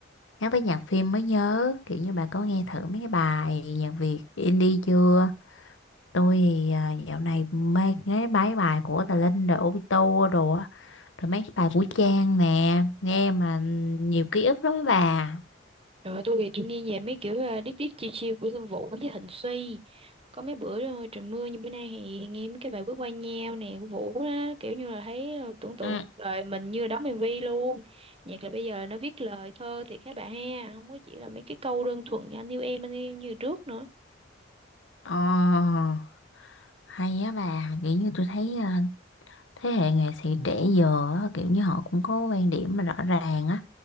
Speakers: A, on the left; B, on the right.
A: Nhắc tới nhạc phim mới nhớ kiểu như bà có nghe thử mấy cái bài nhạc Việt indie chưa tôi thì à, dạo này mê nghe mấy bài của Tà Linh rồi Obito đồ á rồi mấy cái bài của Trang nè nghe mà nhiều ký ức lắm á bà
B: Rồi tôi thì tôi nghe về mấy kiểu uh, deep deep chill chill của Lương Vũ với Thịnh Suy. Có mấy bữa ờ, trời mưa như bữa nay thì nghe mấy cái bài bước qua nhau nè của Vũ đó, kiểu như là thấy ờ, tưởng tượng
A: Ừ.
B: đời mình như là đóng MV luôn. Nhạc là bây giờ nó viết lời thơ thì các bạn ha, không có chỉ là mấy cái câu đơn thuần như anh yêu em anh yêu em như trước nữa.
A: ờ hay á bà kiểu như tôi thấy à, thế hệ nghệ sĩ trẻ giờ á, kiểu như họ cũng có quan điểm mà rõ ràng á